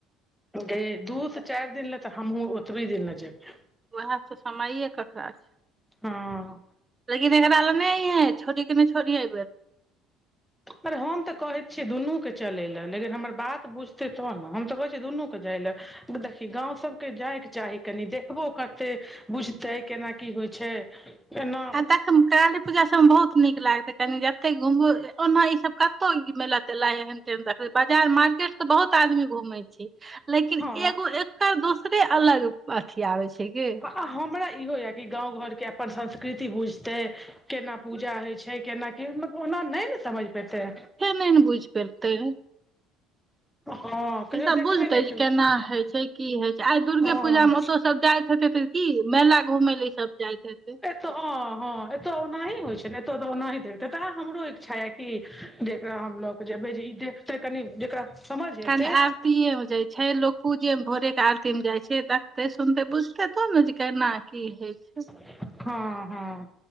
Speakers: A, in the centre; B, on the right.
A: गे दू चारि दिन लै तऽ हमहुँ ओतब दिन लै जेब
B: उएह त समय ककरा छै।
A: हँ
B: लेकिन एकरा आलो नहि है, छोटी कऽ नहि छोटी है।
A: अरे हम तऽ कहै छियै दुनू के चलय लए लेकिन हमर बात बुझतै तह ने हम तऽ कहै छियै दुनूके जाइ लए। देखी गाव सभके जायके चाही कनि देखबो करते। बुझतै केना कि होइ छै, केना।
B: आ खमकी पूजा सभ मे बहुत निक लागते कनि जते घुमबू ओना ई सभ कतौ मेला तेला एहेन। बाजार मार्केट तऽ बहुत आदमी घूमे छी लेकिन
A: हँ
B: एगो एकर दोसरे अलग अथि आबे छै गे।
A: आ हमरा इहो यऽ कि गाव घरके अपन संस्कृति बुझते। केना पूजा होइ छै, केना की मतल ओना नहि ने समझ पेतै।
B: नेन बुझ परतै।
A: हँ कहियो
B: ईसभ
A: देखबे
B: बुझतै
A: नहि
B: जे
A: केलकै
B: केना हइ छै, कि होइ छै, आइ दुर्गे
A: हँ
B: पूजा मे ओतय सभ जाइत हेतै तऽ। कि मेला घुम लए ई सभ जाइत हेतै।
A: तऽ हँ, हँ एतऽ ओनाही होइ छै, ने एतो त ओनाही देते तेह हमरो इच्छा या कि जेकरा हमलोग। बैई देखतै कनि जेकरा। समझ
B: कनि
A: एतै
B: आब। आरती मे जाय छै, लग पूजेमे भोरेके आरती मे जाय छै, देखते सुनते बुझते तोब ने जे केना। कि होइ छै।
A: हँ, हँ।